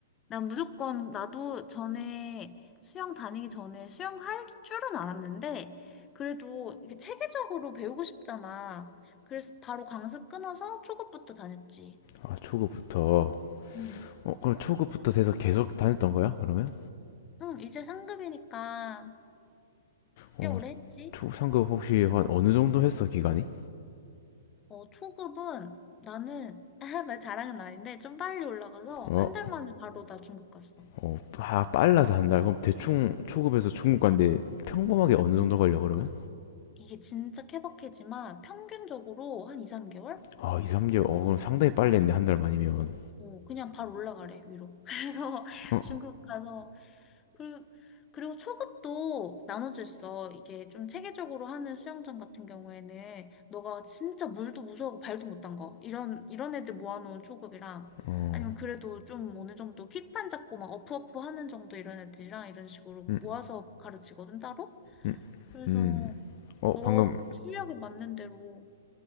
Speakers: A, on the left (about 25°); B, on the left (about 50°).
A: 난 무조건 나도 전에 수영 다니기 전에 수영할 줄은 알았는데 그래도 이게 체계적으로 배우고 싶잖아. 그래서 바로 강습 끊어서 초급부터 다녔지.
B: 아, 초급부터.
A: 응.
B: 어, 그럼 초급부터 돼서 계속 다녔던 거야, 그러면?
A: 응, 이제 상급이니까
B: 어,
A: 꽤 오래 했지.
B: 초, 상급 혹시 한 어느 정도 했어, 기간이?
A: 어, 초급은 나는 <laughs> 나 자랑은 아닌데 좀 빨리 올라가서
B: 어,
A: 한 달 만에 바로 나 중급 갔어.
B: 어, 아, 빨라서 한 달. 그럼 대충 초급에서 중급 간데 평범하게 어느 정도 걸려, 그러면?
A: 이게 진짜 케바케지만 평균적으로 한 2, 3개월?
B: 아, 2, 3개월. 어, 그럼 상당히 빨리 했네, 한 달만이면.
A: 어, 그냥 바로 올라가래, 위로. <laughs> 그래서
B: 어,
A: 중국 가서, 그리고, 그리고 초급도 나눠져 있어. 이게 좀 체계적으로 하는 수영장 같은 경우에는, 너가 진짜 물도 무서워하고 발도 못 담가. 이런, 이런 애들 모아놓은 초급이랑,
B: 어,
A: 아니면 그래도 좀 어느 정도 킥판 잡고 막 어프어프 하는 정도 이런 애들이랑 이런 식으로 모아서
B: 음,
A: 가르치거든, 따로.
B: 음,
A: 그래서
B: 음. 어,
A: 너
B: 방금,
A: 실력에 맞는 대로